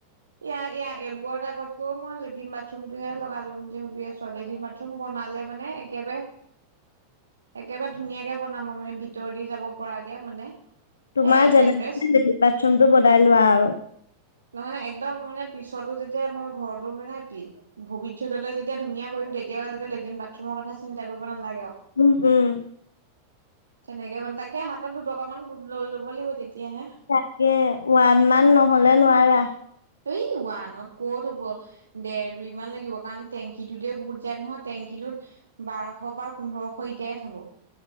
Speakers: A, on the right (about 70°); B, on the left (about 75°).
A: এয়া এয়া এইবোৰ আগতকৈও মই লেট্ৰিন বাথৰুম টোহে লগাই লম ভাবিআছো, ছোৱালি লেটিন-বাথৰুম বনালে মানে একেবাৰে একেবাৰে ধুনীয়াকে বনাম মানে ভিতৰেদি যাব পৰাকে মানে।
B: তোমাৰ
A: এ
B: যেনে
A: এড্ৰেছ
B: তেনে লেটিন বাথৰুমটো বনাই লোৱা আৰু।
A: নহয় মানে একদম মানে পিছতো যেতিয়া মোৰ ঘৰটো মানে পি ভৱিষ্যতলৈ যেতিয়া ধুনীয়া কৰিম, তেতিয়া হে যাতে লেট্ৰিন বাথৰুমৰ কথা চিন্তা কৰিব নালাগে আৰু।
B: উম উম
A: তেনেকে বন তাকে হাত হাত'ত দুটকা মান গোট লৈ ল'ব লাগিব তেতিয়াহে।
B: তাকে ওৱান মান নহলে নোৱাৰা।
A: এই ওৱানত কত হব, দেৰ দুই মান লাগিব কাৰণ, টেংকিটোতে বহুত যায় নহয়। টেংকিটোত বাৰশ বা পোন্ধৰশ এতিয়াই খাব।